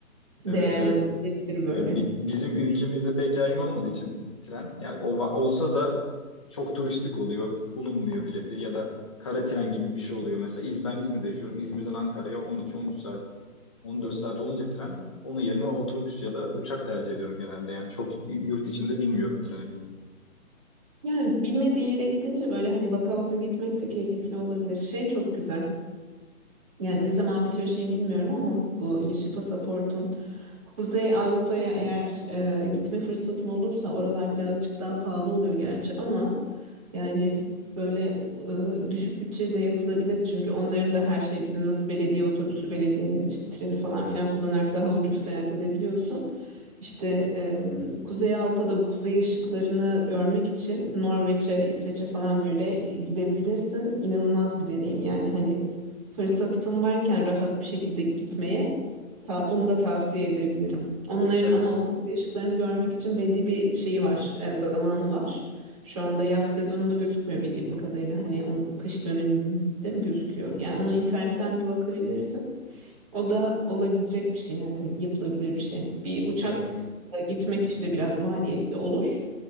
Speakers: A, on the right; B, on the left.
A: değerlendirilebilir
B: Evet evet.
A: böyle.
B: evet. Bi- bizim ülkemizde pek yaygın olmadığı için tren yani o va- olsa da çok turistik oluyor. Bulunmuyor bileti ya da kara tren gibi bir şey oluyor. Mesela İz, ben İzmir'de yaşıyorum. İzmir'den Ankara'ya 12-13 saat 14 saat olunca tren onun yerine otobüs ya da uçak tercih ediyorum genelde. Yani çok yurt içinde bilmiyorum treni.
A: Yani bilmediğin yere gidince böyle hani baka baka gitmek de keyifli olabilir. Şey çok güzel. Yani ne zaman bitiyor şey bilmiyorum ama bu yeşil pasaportun Kuzey Avrupa'ya eğer e, gitme fırsatın olursa oralar birazcık daha pahalı oluyor gerçi ama yani böyle e, düşük bütçede yapılabilir çünkü onların da her şey bizim nasıl belediye otobüsü, belediyenin işte treni falan filan kullanarak daha ucuz seyahat edebiliyorsun. İşte e, Kuzey Avrupa'da bu kuzey ışıklarını görmek için Norveç'e, İsveç'e falan böyle gidebilirsin. İnanılmaz bir deneyim yani hani fırsatın varken rahat bir şekilde gitmeye ta- onu da tavsiye edebilirim. Onların
B: Evet,
A: ama okul değişiklerini görmek için belli bir şeyi var, e, zamanı var. Şu anda yaz sezonunda gözükmüyor bildiğim kadarıyla. Hani o kış döneminde mi gözüküyor? Yani ona internetten bir bakabilirsin. O da olabilecek bir şey yani yapılabilir bir şey. Bir uçakla
B: evet.
A: gitmek işte
B: Hı hı.
A: biraz maliyetli olur.